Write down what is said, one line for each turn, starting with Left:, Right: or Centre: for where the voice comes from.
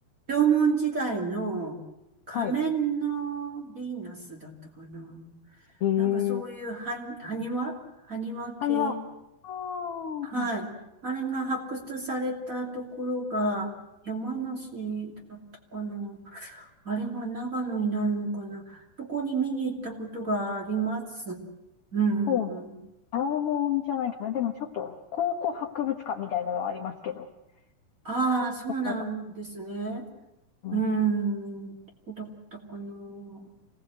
Right: 縄文時代の仮面のヴィーナスだったかな。
Left: はい。ええ
Right: なんかそういう埴埴輪埴輪系。
Left: カニは、あー
Right: はい。あれが発掘されたところが山梨だったかな。あれは長野になるのかな。そこに見に行ったことがあります。
Left: あ、
Right: うん。
Left: そうなん青門じゃないかな。でもちょっと、考古博物館みたいなのはありますけど、
Right: ああ、
Left: そういうとこなん
Right: そうなんですね。
Left: うん。
Right: うん。どこだったかな。